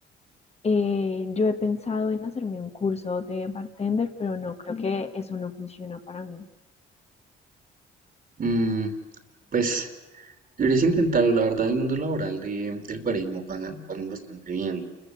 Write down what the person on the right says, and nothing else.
Mm, pues deberías intentarlo, la verdad, en el mundo laboral de, del barismo pagan, pagan bastante bien.